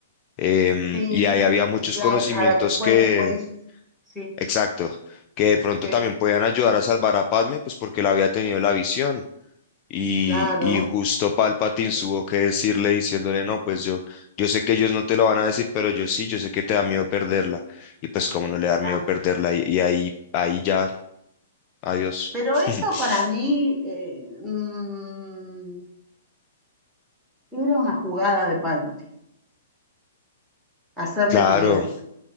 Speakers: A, on the left (about 30°); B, in the centre.
A: Em,
B: sí,
A: y ahí había muchos
B: y claro,
A: conocimientos
B: a la que fue
A: que,
B: después, sí.
A: exacto, que de pronto
B: Sí,
A: también podían ayudar a salvar a Padme, pues porque él había tenido la visión. Y,
B: claro,
A: y justo Palpatine tuvo que decirle, diciéndole, no, pues yo, yo sé que ellos no te lo van a decir, pero yo sí, yo sé que te da miedo perderla. Y pues cómo no le da
B: claro.
A: miedo perderla, y, y ahí, ahí ya, adiós.
B: Pero
A: <laughs>
B: eso para mí eh, mm, era una jugada de Palpatine, hacerle
A: Claro.
B: creer.